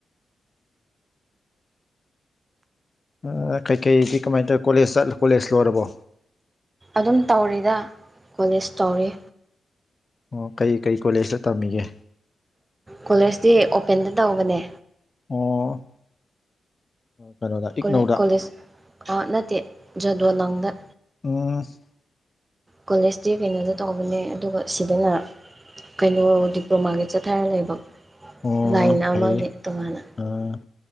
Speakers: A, on the left; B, on the right.
A: ꯑꯥ ꯀꯩꯀꯩꯗꯤ ꯀꯃꯥꯏ ꯇꯧꯋꯤ ꯀꯣꯂꯦꯖ ꯆꯠ ꯀꯣꯂꯦꯖ ꯂꯣꯏꯔꯕꯣ
B: ꯑꯗꯨꯝ ꯇꯧꯔꯤꯗ ꯀꯣꯂꯦꯖ ꯇꯧꯔꯤ
A: ꯑꯣ ꯀꯩ ꯀꯩ ꯀꯣꯂꯦꯖꯇ ꯇꯝꯃꯤꯒꯦ
B: ꯀꯣꯂꯦꯖꯇꯤ ꯑꯣꯄꯦꯟꯗ ꯇꯧꯕꯅꯦ
A: ꯑꯣ ꯀꯩꯅꯣꯗ ꯏꯛꯅꯧꯗ
B: ꯀꯣꯂꯦ ꯀꯣꯂꯦꯖ ꯑꯥ ꯅꯠꯇꯦ ꯖꯥꯗꯣꯅꯪꯗ
A: <unintelligible>
B: ꯀꯣꯂꯦꯖꯇꯤ ꯀꯩꯅꯣꯗ ꯇꯧꯕꯅꯦ ꯑꯗꯨꯒ ꯁꯤꯗꯅ ꯀꯩꯅꯣ ꯗꯤꯄ꯭ꯂꯣꯃꯥꯒꯤ ꯆꯠꯊꯔꯥ ꯂꯩꯕ
A: ꯑꯣ
B: ꯂꯥꯏꯟ
A: ꯐꯩ
B: ꯑꯃꯒꯤ ꯇꯣꯉꯥꯟꯅ
A: ꯑ